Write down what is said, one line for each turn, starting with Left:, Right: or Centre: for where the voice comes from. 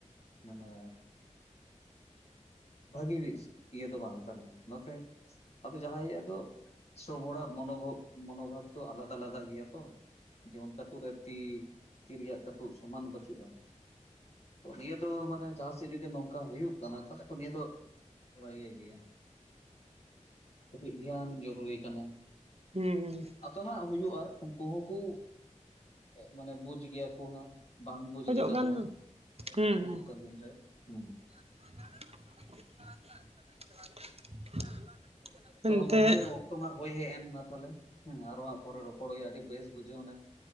Left: ᱢᱟᱱᱮ ᱵᱷᱟᱹᱜᱤ <unintelligible> ᱤᱭᱟᱹ ᱫᱚ ᱵᱟᱝ ᱠᱟᱱᱟ, ᱱᱚᱛᱮ ᱟᱫᱚ ᱡᱟᱦᱟᱸᱟᱭ ᱟᱫᱚ ᱥᱚᱵ ᱦᱚᱲᱟᱜ ᱢᱚᱱᱚᱵᱷᱚᱵ ᱢᱚᱱᱚᱵᱷᱟᱵ ᱫᱚ ᱟᱞᱟᱫᱟ ᱟᱞᱟᱫᱟ ᱜᱮᱭᱟ ᱛᱚ, ᱡᱮᱢᱚᱱ ᱠᱟᱹᱴᱩᱵ ᱨᱮ ᱛᱤ ᱛᱤ ᱨᱮᱭᱟᱜ ᱠᱟᱹᱴᱩᱵ ᱥᱚᱢᱟᱱ ᱵᱟᱹᱪᱩᱜᱼᱟ᱾ ᱱᱤᱭᱟᱹ ᱫᱚ ᱢᱟᱱᱮ ᱡᱟᱦᱟᱸ ᱥᱮᱫ ᱡᱚᱫᱤ ᱱᱚᱝᱠᱟ ᱦᱩᱭᱩᱜ ᱠᱟᱱᱟ ᱛᱟᱦᱚᱞᱮ ᱱᱤᱭᱟᱹ ᱫᱚ ᱤᱭᱟᱹ ᱜᱮᱭᱟ ᱠᱟᱹᱴᱤᱡ ᱫᱷᱮᱭᱟᱱ ᱡᱟᱨᱩᱨᱤ ᱠᱟᱱᱟ᱾
Right: ᱦᱩᱸ ᱦᱩᱸ᱾
Left: ᱟᱫᱚ ᱦᱟᱸᱜ ᱦᱩᱭᱩᱜᱼᱟ ᱩᱱᱠᱩ ᱦᱚᱸᱠᱩ ᱮᱜ ᱢᱟᱱᱮ ᱵᱩᱡ ᱜᱮᱭᱟ ᱠᱚ ᱦᱟᱸᱜ᱾ ᱵᱟᱝ ᱵᱩᱡ
Right: ᱠᱷᱚᱡᱚᱜ
Left: ᱞᱮᱠᱟ
Right: ᱠᱟᱱ
Left: ᱫᱚ ᱵᱟᱝ
Right: ᱦᱩᱸ
Left: ᱦᱤᱡᱩᱜ ᱠᱟᱱ ᱫᱤᱱ ᱨᱮ ᱦᱩᱸ᱾
Right: <inaudible>
Left: ᱛᱚ
Right: ᱮᱱᱛᱮᱜ
Left: ᱜᱚᱝᱠᱮ ᱚᱠᱛᱚ ᱢᱟ ᱦᱳᱭ ᱦᱮᱡ ᱮᱱ ᱢᱟ ᱛᱟᱦᱞᱮ ᱦᱮᱸ ᱟᱨ ᱦᱟᱸᱜ ᱯᱚᱨᱮ ᱨᱚᱯᱚᱲ ᱦᱩᱭᱩᱜᱼᱟ, ᱟᱹᱰᱤ ᱵᱮᱥ ᱵᱩᱡᱷᱟᱹᱣᱱᱟ᱾